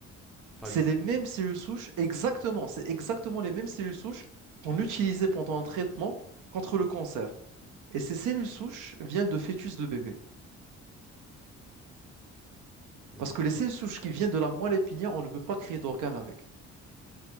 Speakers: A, in the centre; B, on the right.
A: Pas
B: C'est
A: du
B: les
A: tout.
B: mêmes cellules souches, exactement, c'est exactement les mêmes cellules souches qu'on utilisait pendant un traitement contre le cancer. Et ces cellules souches viennent de fœtus de bébés.
A: Hmm.
B: Parce que les seules souches qui viennent de la moelle épinière, on ne peut pas créer d'organes avec.